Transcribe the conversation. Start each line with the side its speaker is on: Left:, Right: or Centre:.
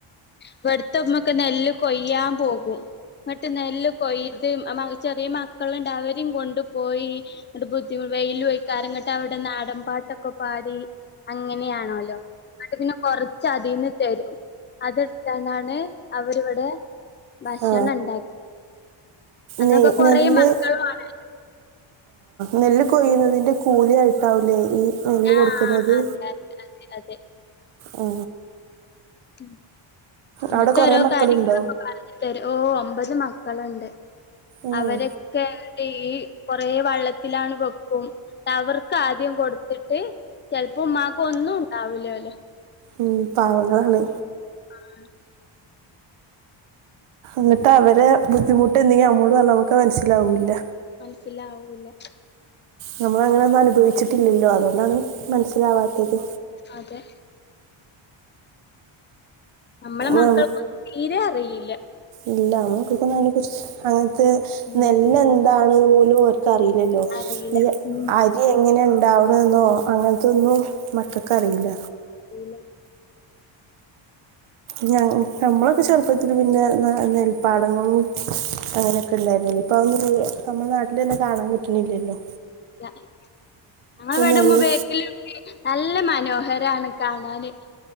Left: ഇവിടത്തമ്മക്ക് നെല്ല് കൊയ്യാൻ പോകും ഇങ്ങട്ട് നെല്ല് കൊയ്ത് ചെറിയ മക്കളണ്ട് അവരേം കൊണ്ട്ു പോയി ഇങ്ങ ബുദ്ധിമുട്ട് വെയിലോകാരം ങ്ങോട്ട് അവിടെ നാടൻ പാട്ടൊക്കെ പാടി അങ്ങനെയാണല്ലോ എന്നട്ട് പിന്നെ കൊറച്ച് അതിൽന്ന് തരും അത് ട്താനാണ് അവരിവിടെ ഭക്ഷണണ്ടാക്കി
Right: ആ
Left: അന്നൊക്കെ
Right: നെ-
Left: കൊറേ
Right: നെല്ല്
Left: മക്കളുആണ്
Right: നെല്ല് കൊയ്യുന്നതിൻ്റെ കൂലിയായിട്ടാവുല്ലേ ഈ നെല്ല്
Left: ആഹ
Right: കൊടുക്കുന്നത്
Left: അതെ അതെ അതെ അതെ
Right: ആ.
Left: ഉ ഇങ്ങനത്തെ
Right: അവിടെ കുറേ
Left: ഓരോ
Right: മക്കളുണ്ടോ
Left: കാര്യങ്ങളൊക്കെ പറഞ്ഞു തരും ഓ ഒമ്പത് മക്കളുണ്ട്!
Right: ഉം.
Left: അവരൊക്കെ ഈ കൊറെേ വള്ളത്തിലാണ് വെക്കും അവർക്ക് ആദ്യം കൊടുത്തിട്ട് ചെൽപ്പോ ഉമ്മാക്ക് ഒന്നുണ്ടാവൂല്ലോ ലൊ
Right: ഉം പാവങ്ങളാണ്
Left: ആഹ
Right: ന്നിട്ട് അവരെ ബുദ്ധിമുട്ട് എന്തെങ്കിലും അമ്മോട് പറഞ്ഞാൽ നമുക്ക് മനസ്സിലാവുല്ല
Left: മനസ്സിലാവൂല
Right: നമ്മൾ അങ്ങനെ ഒന്നും അനുഭവിച്ചിട്ടില്ലല്ലോ അതുകൊണ്ടാണ് മനസ്സിലാവാത്തത്
Left: അതെ നമ്മളെ മക്കൾക്കൊന്നും
Right: ഉം,
Left: തീരെ അറിയില്ല
Right: ഇല്ല നമ്മക്കക്കുന്ന അങ്ങന കുറിച്ച് അങ്ങനത്തെ
Left: ഉം
Right: നെല്ല് എന്താണ് പോലും.. അറില്ലല്ലോ
Left: അറിയില്ല.
Right: ഈ
Left: ഉം.
Right: അരി എങ്ങനെ ഉണ്ടാവണെന്നോ അങ്ങനത്തൊന്നും മക്കൾക് അറിയില്ല
Left: പിന്നെ
Right: ഞ നമ്മളൊക്കെ ചെറുപ്പത്തിൽ പിന്നെ ന നെൽപ്പാടങ്ങളും അങ്ങനെയൊക്കെ ഉണ്ടായിരുന്നല്ലോ ഇപ്പൊ. <unintelligible> നമ്മുടെ നാട്ടിൽ തന്നെ കാണാൻ കിട്ടുന്നില്ലല്ലോ
Left: ഞങ്ങ ഇവിടെ
Right: നെല്ല്
Left: മ ബേക്കിൽ നല്ല മനോഹരാണ് കാണാന്